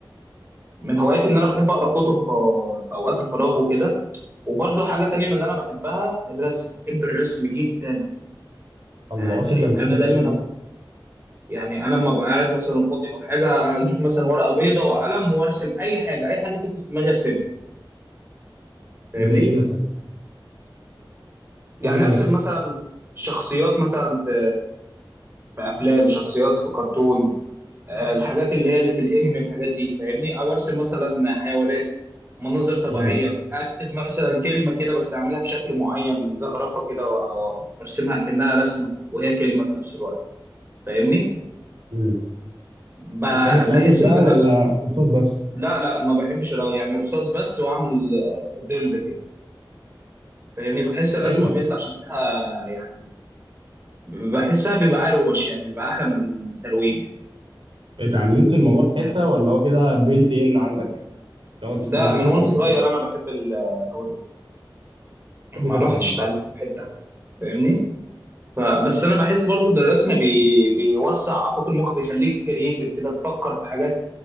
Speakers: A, on the right; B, on the right.
A: من هواياتي ان انا بحب اقرا كتب في في اوقات الفراغ وكده وبرضه حاجه تانية من اللي انا بحبها الرسم بحب الرسم جدا
B: الله
A: يعني
B: شكلك بتحب
A: انا
B: الرسم
A: دايما
B: جدا
A: يعني انا لما بقعد مثلا فاضي او حاجه اجيب مثلا ورقه بيضاء وقلم وارسم اي حاجه اي حاجه تيجي في دماغي ارسمها فاهمني
B: زي ايه مثلا تسم
A: يعني
B: ايه
A: ارسم
B: مثلا
A: مثلا شخصيات مثلا في في افلام شخصيات في كرتون آه، الحاجات اللي هي اللي في الانمي الحاجات دي فاهمني او ارسم مثلا حيوانات مناظر طبيعيه
B: مم.
A: اكتب مثلا كلمه كده بس اعملها بشكل معين زخرفه كده و- و- وارسمها اكنها رسمه وهي كلمه في نفس الوقت فاهمني
B: مم.
A: ب-
B: بتحب تلون
A: بحس
B: بقى
A: ان الرسم
B: ولا رصاص بس
A: لا لا ما بحبش الرو يعني رصاص بس واعمل آه، ظل كده فاهمني بحس الرسمه
B: حلو
A: بيطلع شكلها يعني بحسها بيبقى اروش يعني بيبقى احلى من التلوين يعني
B: اتعلمت الموضوع في
A: بح-
B: حته ولا هو كده بيلت ان عندك لو انت
A: لا
B: بت- <laughs>
A: من وانا
B: اتولدت
A: صغير
B: كده
A: انا بحب ال- الحوار ده
B: بتحب
A: ما
B: ترسم
A: الواحد
B: عامه
A: اتعلمت في حته حتى فاهمني فبس انا بحس برضو ان الرسم بي... بيوسع افاق المخ بيخليك كرييتيف كده تفكر في حاجات